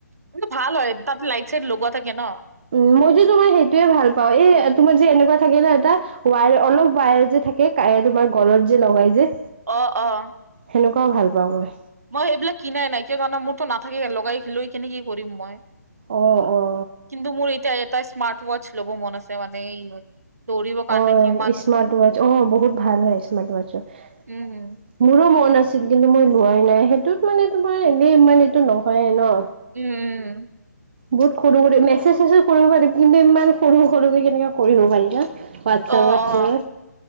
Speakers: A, on the right; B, on the right.
A: কিন্তু ভাল হয় তাতে লাইট-চাইট লগোৱা থাকে ন'?
B: উম, মইতো তোমাৰ সেইটোৱে ভাল পাওঁ। এই তোমাৰ যে এনেকুৱা থাকে ন ' এটা ৱায়াৰ অলপ ৱায়াৰ যে থাকে কায় তোমাৰ গলত যে লগাই যে।
A: অঁ, অঁ।
B: হেনেকুৱাও ভাল পাওঁ মই।
A: মই সেইবিলাক কিনাই নাই। কিয় জানা মোৰতো নাথাকে লগাই লৈ কিনে কি কৰিম মই।
B: অঁ, অঁ।
A: কিন্তু মোৰ এতিয়া এটা স্মাৰ্ট ৱাটচ ল'ব মন আছে মানে এই দৌৰিব কাৰণে
B: অঁ
A: কিমান
B: স্মাৰ্ট ৱাটচ, অঁ বহুত ভাল হয় স্মাৰ্ট ৱাটচটো।
A: উম উম
B: মোৰো মন আছিল কিন্তু মই লোৱাই নাই। সেইটোত মানে তোমাৰ এনেই মানে এইটো নহয়ে ন'।
A: উম, উম।
B: বহুত সৰু সৰু মেছেজ-চেছেজ কৰিব পাৰিম কিন্তু ইমান সৰু সৰুকে কেনেকে কৰিব পাৰি না? হোৱাত
A: অ
B: এপত
A: অ
B: যে